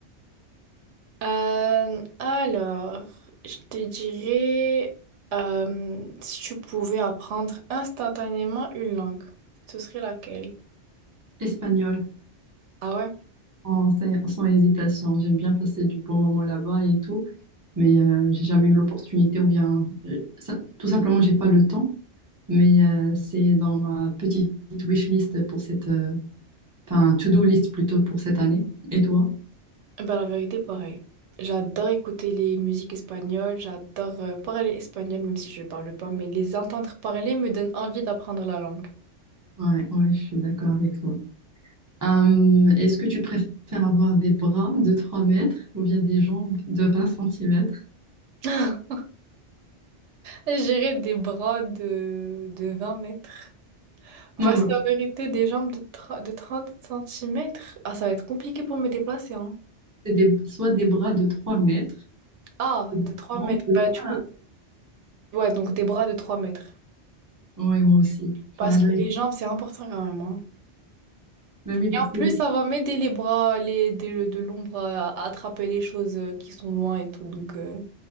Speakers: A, on the right; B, on the right.
A: Euh, alors, je te dirais, euh, si tu pouvais apprendre instantanément une langue, ce serait laquelle?
B: Espagnol,
A: Ah ouais?
B: en- sans, sans hésitation. J'aime bien passer du bon moment là-bas et tout. Mais euh, j'ai jamais eu l'opportunité ou bien, euh, ça- tout simplement, j'ai pas le temps. Mais euh, c'est dans ma petite wishlist pour cette, euh, enfin to-do list plutôt pour cette année. Et toi?
A: Ben, la vérité, pareil. J'adore écouter les musiques espagnoles, j'adore euh, parler espagnol, même si je ne parle pas, mais les entendre parler me donne envie d'apprendre la langue.
B: Ouais, ouais, je suis d'accord avec toi. Hum, est-ce que tu préfères avoir des bras de 3 mètres ou bien des jambes de 20 centimètres?
A: <laughs> J'irai des bras de, de 20 mètres.
B: Non,
A: Parce
B: non,
A: qu'en vérité, des jambes de, 30 de 30 centimètres ah, ça va être compliqué pour me déplacer, hein.
B: c'est des, soit des bras de 3 mètres
A: Ah,
B: ou
A: de
B: des
A: 3
B: jambes
A: mètres.
B: de
A: Bah, du
B: 1.
A: coup, ouais, donc des bras de 3 mètres.
B: Ouais, moi aussi. Enfin,
A: Parce que
B: j'arrive.
A: les jambes, c'est important quand même, hein.
B: Mais oui, parce
A: Et en
B: que...
A: plus, ça va m'aider les bras, les, de, de l'ombre à, à attraper les choses euh, qui sont loin et tout. Donc, euh,